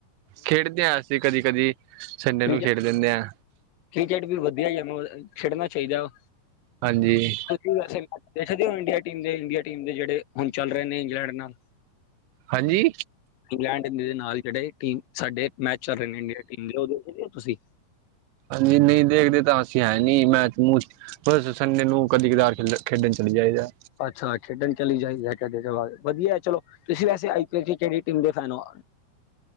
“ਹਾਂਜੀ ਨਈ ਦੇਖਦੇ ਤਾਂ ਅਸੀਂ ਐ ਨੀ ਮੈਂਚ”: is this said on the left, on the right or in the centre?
Right